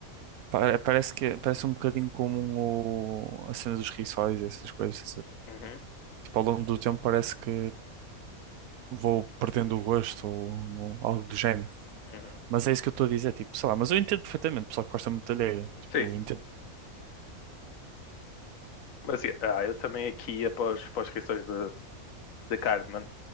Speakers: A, on the right; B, on the left.
A: pa- parece que parece um bocadinho como o- a cena dos rissóis, e essas coisas.
B: Uhum,
A: Tipo, ao longo do tempo parece que vou perdendo o gosto ou, ou algo do género.
B: uhum.
A: Mas é isso que eu estou a dizer, tipo, sei lá, mas eu entendo perfeitamente, o pessoal que gosta muito de alheira, tipo,
B: Sim,
A: eu entendo.
B: mas yeah, ah, eu também aqui ia para, os, para as rissóis de, de carne, mano.